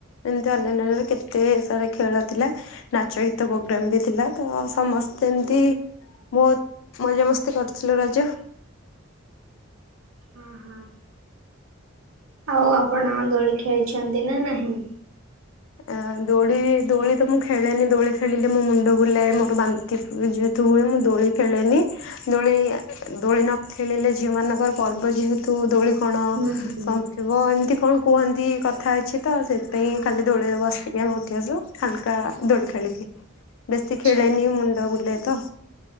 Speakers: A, on the left; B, on the right.
A: ଏମତି ଅନ୍ୟାନ୍ୟ କେତେ ସାରା ଖେଳ ଥିଲା। ନାଚ ଗୀତ ପ୍ରୋଗ୍ରାମ ବି ଥିଲା ତ ସମସ୍ତେ ଏମିତି ବହୁତ ମଜାମସ୍ତି କରୁଥିଲେ ରଜ।
B: ହଁ ହଁ। ଆଉ ଆପଣ ଦୋଳି ଖେଳିଛନ୍ତି ନା ନାହିଁ?
A: ଅ ଦୋଳି ଦୋଳି ତ ମୁଁ ଖେଳେନି ଦୋଳି ଖେଳିଲେ ମୋ ମୁଣ୍ଡ ବୁଲାଏ ମୋର ବାନ୍ତି ନ୍ତି ଯେହେତୁ ହୁଏ ମୁଁ ଦୋଳି ଖେଳେନି ଦୋଳି ଦୋଳି ନ ଖେଳିଲେ ଝିଅ ମାନଙ୍କର ପର୍ବ ଯେହେତୁ ତୁ ଦୋଳି କଣ
B: ହୁଁ ହୁଁ
A: ସନଥିବ ଏମତି କଣ କୁହନ୍ତି କଥା ଅଛି ତ ସେଥି
B: ହଁ
A: ପାଇଁ
B: ହଁ
A: ଖାଲି ଦୋଳିରେ ବସିକି ଆମେ ଉଠି ଆସିଲୁ ହାଲ୍କା ଦୋଳି ଖେଳିକି। ବେଶି
B: ଆଚ୍ଛା।
A: ଖେଳନି ମୁଣ୍ଡ ବୁଲାଏ ତ।